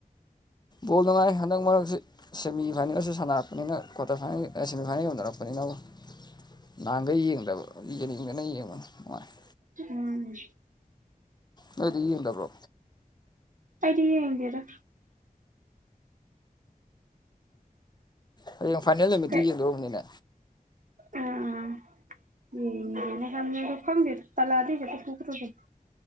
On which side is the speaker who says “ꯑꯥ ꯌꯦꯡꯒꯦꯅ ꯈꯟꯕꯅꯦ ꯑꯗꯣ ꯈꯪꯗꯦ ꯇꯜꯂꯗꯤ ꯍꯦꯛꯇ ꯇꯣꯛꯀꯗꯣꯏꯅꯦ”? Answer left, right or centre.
Right